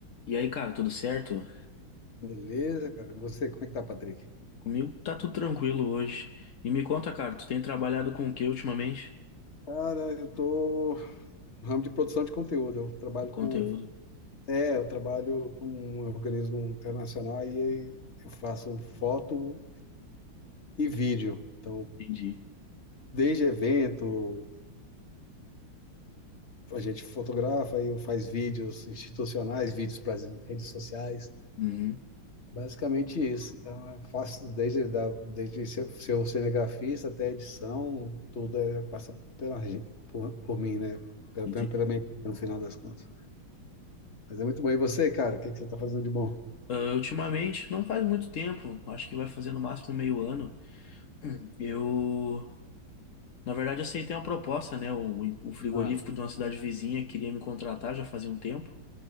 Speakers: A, on the left (about 55°); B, on the left (about 35°).
A: E aí, cara, tudo certo?
B: Beleza, cara. E Você, como é que tá, Patrick?
A: Comigo tá tudo tranquilo hoje. E me conta, cara, tu tem trabalhado com o que ultimamente?
B: Cara, eu tô no ramo de produção de conteúdo. Eu trabalho
A: Conteúdo.
B: com. É, eu trabalho para um organismo internacional e aí eu faço foto e vídeo. Então,
A: Entendi.
B: desde evento, a gente fotografa e eu faz vídeos institucionais, vídeos para as redes sociais.
A: Uhum,
B: Basicamente isso. Então, eu faço desde, da, desde ser ser cinegrafista até a edição, tudo é, passa pela, gen- por, por mim, né? Pela,
A: entendi.
B: pela, pela minha, equipe, no final das contas. Mas é muito bom. E você, cara, o que, é que você está fazendo de bom?
A: Ah, ultimamente, não faz muito tempo, acho que vai fazer no máximo meio ano. Hum, Eu, na verdade, aceitei uma proposta, né? O, o frigorífico
B: Ah,
A: de uma cidade vizinha queria me contratar já fazia um tempo.